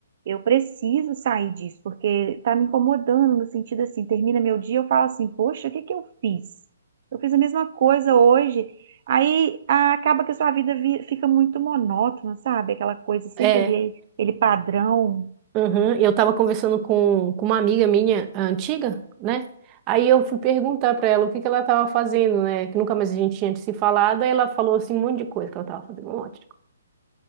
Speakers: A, on the right; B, on the right.
A: eu preciso sair disso, porque tá me incomodando no sentido assim, termina meu dia, eu falo assim, poxa, o que que eu fiz? Eu fiz a mesma coisa hoje. Aí ah, acaba que a sua vida vi- fica muito monótona, sabe? Aquela coisa sempre
B: É.
A: ali, aquele padrão.
B: Uhum. Eu estava conversando com, com uma amiga minha a antiga, né? Aí eu fui perguntar para ela o que que ela estava fazendo, né? Que nunca mais a gente tinha se falado. Aí ela falou assim um monte de coisa que ela estava fazendo, um monte de coisa.